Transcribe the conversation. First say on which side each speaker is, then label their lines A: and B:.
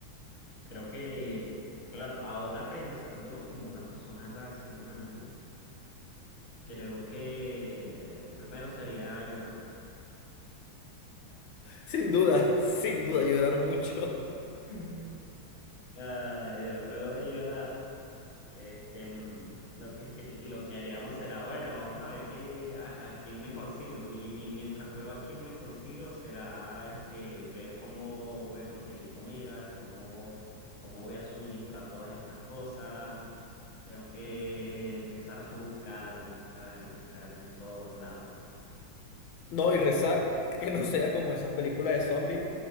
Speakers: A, on the left (about 40°); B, on the left (about 70°).
A: creo que, claro, ahora pensándolo como una persona racional, creo que primero sería llorar.
B: Sin duda, <laughs> sin duda, llorar mucho.
A: <laughs> Ay, Dios, luego de llorar, este, mm, lo que, <laughs> lo que haríamos será, bueno, vamos a ver qué, a, a quién me consigo. Mi, mi- mientras veo a quién me consigo, será, este, ver cómo voy a conseguir comida, cómo, cómo voy a suministrar todas estas cosas. Tengo que empezar a buscar y buscar y buscar en todos lados.
B: No, y rezar, <laughs> que no sea como esas películas de zombies,